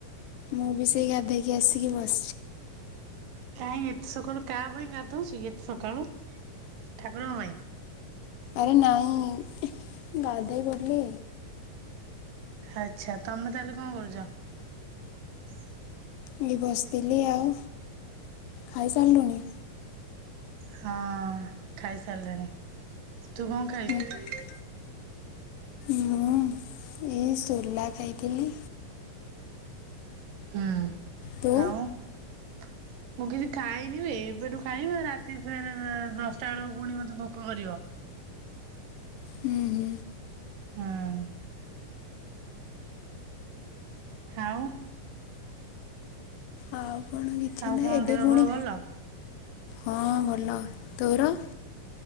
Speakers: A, on the left; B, on the right.
A: ମୁଁ ବି ସେଇ ଗାଧେଇକି ଆସିକି ବସି
B: କାଇହିଁ ଏତେ ସକାଳୁ କାହା ପାଇଁ ଗାଧଉଛିୁ ଏତେ ସକାଳୁ ଠାକୁରଙ୍କ ପାଇଁ
A: ଆରେ ନାଇଁ। ଗାଧେଇ ପଡ଼ିଲି।
B: ଆଛା ତମେ ତାହେଲେ କଣ କରୁଛ?
A: ଏଇ ବସିଥିଲି ଆଉ, ଖାଇସାରିଲୁଣି?
B: ହଁ ଖାଇସାରିଲିଣି, ତୁ କଣ ଖାଇଛୁ?
A: ହୁଁ ମୁଁ ଏଇ ସୋଲା ଖାଇଥିଲି।
B: ହୁଁ
A: ତୁ
B: ଆଉ। ମୁଁ କିଛି ଖାଇନି ବେ ଏବେଠୁ ଖାଇବି, ରାତି ଫେରେ ଦଶଟା ବେଳକୁ ପୁଣି ମତେ ଭୋକ କରିବ।
A: ହୁଁ ହୁଁ।
B: ହଁ। ଆଉ।
A: ଆଉ କଣ କିଛି
B: ଆଉ
A: ନା
B: କଣ
A: ଏବେ
B: ଦେହ
A: ପୁଣି
B: ପା ଭଲ?
A: ହଁ ଭଲ। ତୋର।